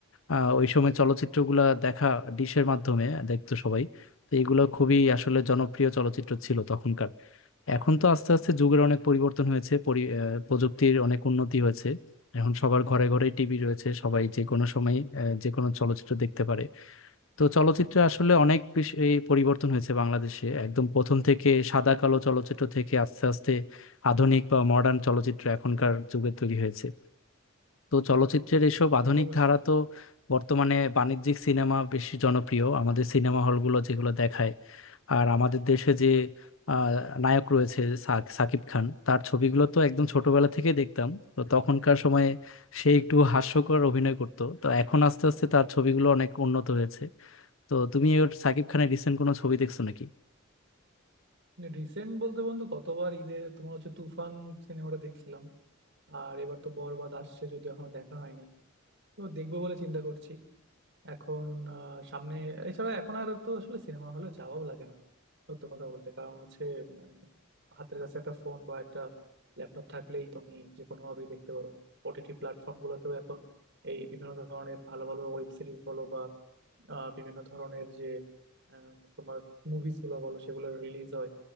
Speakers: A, on the left; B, on the right.
A: আহ, ওই সময় চলচ্চিত্রগুলা দেখা ডিশের মাধ্যমে দেখতো সবাই তো এগুলো খুবই আসলে জনপ্রিয় চলচ্চিত্র ছিল তখনকার এখন তো আস্তে আস্তে যুগের অনেক পরিবর্তন হয়েছে পরি- আহ, প্রযুক্তির অনেক উন্নতি হয়েছে এখন সবার ঘরে ঘরে টিভি রয়েছে সবাই যে কোনো সময় যে কোনো চলচ্চিত্র দেখতে পারে তো চলচ্চিত্রে আসলে অনেক বেশি এই পরিবর্তন হয়েছে বাংলাদেশে একদম প্রথম থেকে সাদা কালো চলচ্চিত্র থেকে আস্তে আস্তে আধুনিক বা মডার্ন চলচ্চিত্র এখনকার যুগে তৈরি হয়েছে তো চলচ্চিত্রের এসব আধুনিক
B: অবশ্যই
A: ধারা তো বর্তমানে বাণিজ্যিক সিনেমা বেশি জনপ্রিয় আমাদের সিনেমা হলগুলো যেগুলো দেখায় আর আমাদের দেশে যে আহ, নায়ক রয়েছে সাক- সাকিব খান তার ছবিগুলো তো একদম ছোটবেলা থেকে দেখতাম তো তখনকার সময়ে সে একটু হাস্যকর অভিনয় করতো তো এখন আস্তে আস্তে তার ছবিগুলো অনেক উন্নত হয়েছে তো তুমি ওর সাকিব খানের রিসেন্ট কোনো ছবি দেখছো নাকি
B: রিসেন্ট বলতে বন্ধু গতবার ঈদে তোমার হচ্ছে তুফান সিনেমাটা দেখছিলাম আর এবার তো বরবাদ আসছে যদিও এখনো দেখা হয়নি তো দেখবো বলে চিন্তা করছি এখন আহ, সামনে এছাড়া এখন আর তো আসলে সিনেমা হলে যাওয়াও লাগে না সত্য কথা বলতে কারণ হচ্ছে উম, হাতের কাছে একটা ফোন বা একটা ল্যাপটপ থাকলেই তুমি যে কোনো ভাবেই দেখতে পারো ওটিটি প্ল্যাটফর্ম গুলোতেও এখন এই বিভিন্ন ধরনের ভালো ভালো ওয়েব সিরিজ বলো আহ, বিভিন্ন ধরনের যে আহ, তোমার মুভিজ গুলো বলো সেগুলো রিলিজ হয়